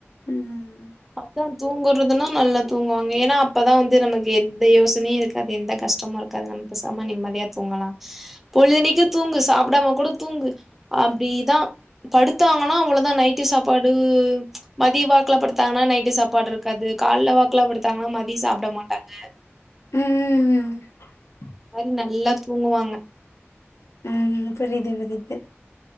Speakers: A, on the left (about 85°); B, in the centre.
A: ம்
B: கரெக்டா தூங்கறதுன்னா நல்லா தூங்குவாங்க ஏனா அப்பதா வந்து நமக்கு எந்த யோசனையு இருக்காது அது எந்த கஷ்டமு இரு க்காது நம்ம பேசாம நிம்மதியா தூங்கலா பொழுதனைக்கு தூங்கு சாப்டாம கூட தூங்கு அப்டீதா படுத்தாங்கன்னா அவ்வளோதா நைட்டு சாப்பாடு மதிய வாக்கல படு த்தாங்கன்னா நைட்டு சாப்பாடு இருக்காது கால்ல வாக்குல படுத்தாங்கன்னா மதிய சாப்ட மாட்டாங்க
A: ம் ம் ம்
B: மாரி நல்லா தூங்குவாங்க
A: ம் புரிது புரிது